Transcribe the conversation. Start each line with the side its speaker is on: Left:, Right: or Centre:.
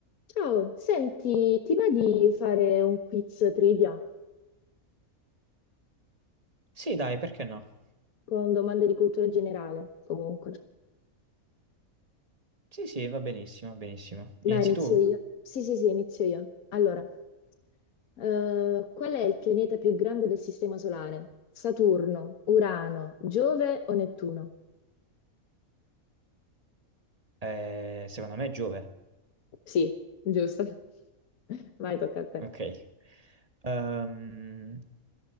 Left: Ciao, senti, ti va di fare un quiz trivia
Right: Sì, dai, perché no?
Left: con domande di cultura generale? Comunque.
Right: Sì, sì, va benissimo, va benissimo.
Left: Dai,
Right: Inizi
Left: inizio
Right: tu?
Left: io. Sì, sì, sì, inizio io. Allora, eh, qual è il pianeta più grande del Sistema Solare? Saturno, Urano, Giove o Nettuno?
Right: Eh, secondo me è Giove.
Left: Sì, giusto. <laughs> Vai, tocca a te.
Right: Ok. Ehm,